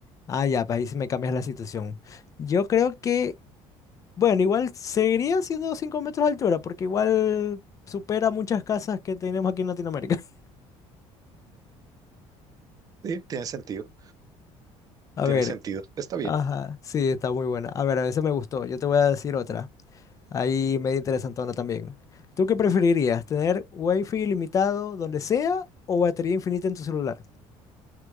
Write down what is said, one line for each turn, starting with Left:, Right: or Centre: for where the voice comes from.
Left: Ah, ya, pues ahí sí me cambias la situación. Yo creo que, bueno, igual seguiría siendo 5 metros de altura, porque igual supera muchas casas que tenemos aquí en Latinoamérica. <laughs>
Right: Sí, tiene sentido,
Left: A
Right: tiene
Left: ver,
Right: sentido. Está bien.
Left: ajá, sí, está muy buena. A ver, a veces me gustó. Yo te voy a decir otra. Ahí medio interesantona también. ¿Tú qué preferirías? ¿Tener wifi ilimitado donde sea o batería infinita en tu celular?